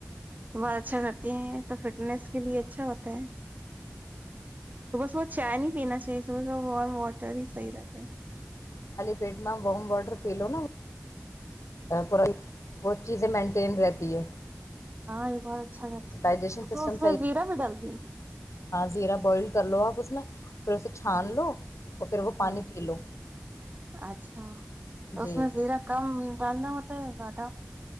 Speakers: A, on the right (about 35°); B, on the left (about 70°).
A: بہت اچھا کرتی ہیں تو پھر فٹس کے لیے اچھا ہوتا ہے صبح صبح چائے نہیں پینا چاہیے صبح وارم واٹر ہی صحیح رہتے ہیں
B: پیڈ میں ورم واڈر پی لو نا بہت چیزیں مینٹین رہتی ہے
A: ہاں یہ بات اچھا کرتی
B: ڈائجیشن
A: تو
B: سسٹم
A: اس میں زیرا بھی ڈالتی ہیں
B: زیرا بوائل کر لو آپ اس میں پھر اسے چھان
A: جی
B: لو اور پھر وہ پانی
A: ہاں
B: پی لو
A: اچھا تو
B: جی
A: اس میں زیرا کم ڈالنا ہوتا زیادہ